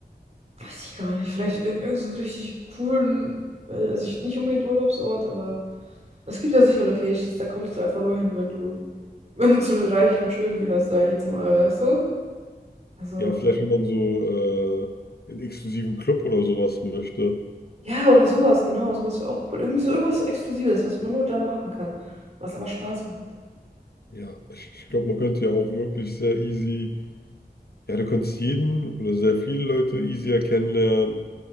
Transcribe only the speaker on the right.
weiß ich gar nicht, vielleicht in irgendeinen richtig coolen, äh, also ich, nicht unbedingt Urlaubsort, aber es gibt ja sicher Locations, da kommst du einfach nur hin, wenn du, wenn du zu den Reichen und Schönen gehörst, sag ich jetzt mal, weißt du? Also,
ja, oder sowas, genau, das wäre auch cool. Irgendwie so irgendwas Exklusives, was man nur dann machen kann, was aber Spaß macht.